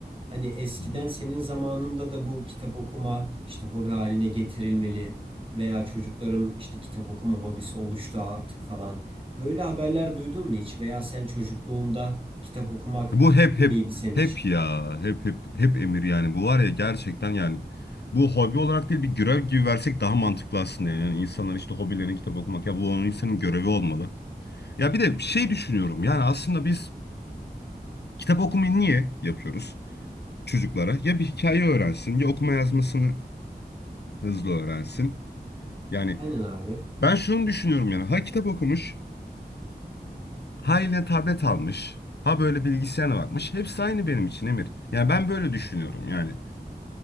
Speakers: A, on the right; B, on the left.
A: Hani eskiden
B: Hı.
A: senin zamanında da bu kitap okuma işte hobi haline getirilmeli veya çocukların işte kitap okuma hobisi oluştu artık falan. Böyle haberler duydun mu hiç? Veya sen çocukluğunda kitap okumak
B: Bu hep hep
A: mıydı senin için?
B: hep ya hep hep hep Emir yani bu var ya gerçekten yani bu hobi olarak değil bir görev gibi versek daha mantıklı aslında yani, Yani insanlar işte hobilerini kitap okumak ya bu onun insanın görevi olmalı. Ya bir de şey düşünüyorum yani aslında biz kitap okumayı niye yapıyoruz? çocuklara ya bir hikaye öğrensin ya okuma yazmasını hızlı öğrensin. Yani
A: Aynen abi.
B: ben şunu düşünüyorum yani ha kitap okumuş, ha eline tablet almış, ha böyle bilgisayara bakmış. Hepsi aynı benim için Emir. Yani ben böyle düşünüyorum yani.